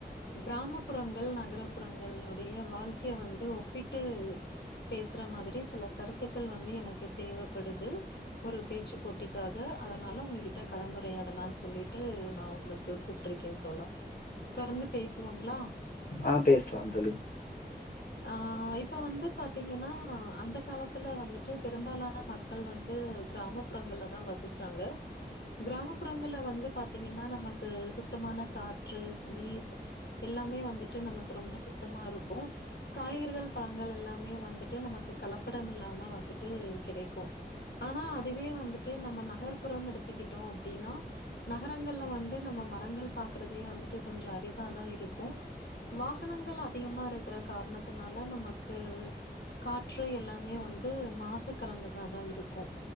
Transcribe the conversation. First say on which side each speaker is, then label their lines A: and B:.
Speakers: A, on the left; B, on the left.
A: கிராமப்புறங்கள் நகர புறங்கள்னுடைய வாழ்க்கைய வந்து ஒப்பிட்டு பேசற மாதிரி சில கருத்துக்கள் வந்து எனக்கு தேவப்படுது ஒரு பேச்சு போட்டிக்காக அதனால உங்ககிட் ட கலந்துரையாடலான் சொல்லீட்டு நா உங்ளுக்கு கூப்ட்ருக்கே தோழா தொடர்ந்து பேசுவோங்ளா
B: ஆ பேஸ்லா தோழி
A: ஆ இப்ப வந்து பாத்தீங்கன்னா அந்த காலத்துல வந்துட்டு பெரும்பாலான மக் கள் வந்து கிராமப்புறங்கள்ல தா வசிச்சாங்க கிராமப்புறங்கள்ல வந்து பாத்தீங்கன்னா நமக்கு சுத்தமான காற்று, நீர் எல்லாமே வந்துட்டு நமக்கு ரொம்ப சுத்தமாருக்கு காய்கறிகள், பழங்கள் எல்லாமே வந்துட்டு நமக்கு கலப்படம் இல்லாம வந்துட்டு கிடைக்கு ஆனா அதுவே வந்துட்டு நம்ம நகர்ப்புறம் எடுத்துக்கிட்டோ அப்டினா நகரங்கள்ல வந்து நம்ம மரங்கள் பாக்கறதே வந்துட்டு கொஞ்சோ அரிதாதா இருக்கு வாகனங்கள் அதிகமா இருக்கற காரணத்துனால நமக்கு காற்று எல்லாமே வந்து மாசு கலந்ததா தா இருக்கு